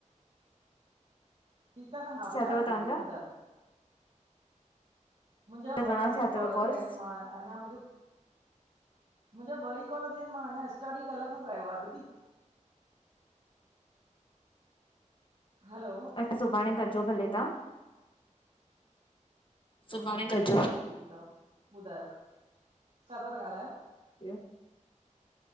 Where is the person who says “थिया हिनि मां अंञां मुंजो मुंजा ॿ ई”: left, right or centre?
Right